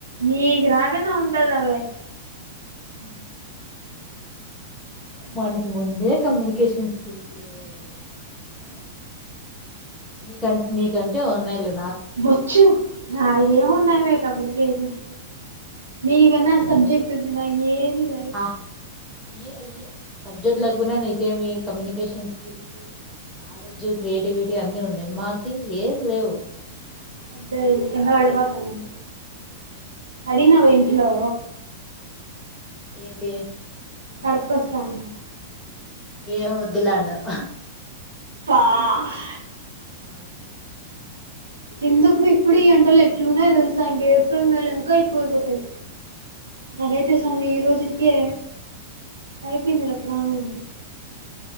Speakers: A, on the right; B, in the centre.
A: నీక్ రకండ ఉంటదవే
B: ఉమ్ మనకి ముందే కమ్యూనికేషన్ స్కిల్స్ లేవు ఆ నీక నీకంటే ఉన్నాయి లే
A: బొచ్చు నాకెమున్నాయి మె కమ్యనికేషన్ మీకన్నా సబ్జెక్టు
B: ఏ-
A: ఉంది నక్ ఏది లేదు
B: ఆ ఇయే ఇయే సబ్జెక్ట్ లేకపోయినా నీకేమి కమ్యూనికేషన్ స్కిల్స్ నాలెడ్జ్ క్రియేటివిటీ అన్నీ ఉన్నాయి మాకి ఏం లేవ్
A: అద్దే కింద పడిపోతన్నాయ్ అడినవ ఇంట్లో
B: ఏంది
A: కడప కోస్తా అనీ
B: ఏం వొద్దులే అన్నారు
A: పా హ్
B: ఆ
A: ఎందుకు ఇప్పుడు ఈ ఎండలు ఎట్లున్నాయి తెలుసా ఇంక ఏప్రిల్ మే లో ఇంకా ఎక్కువైపోతాయి అదే చూ ఈరోజుటికే ఐపోయిందిలే ప్రాణం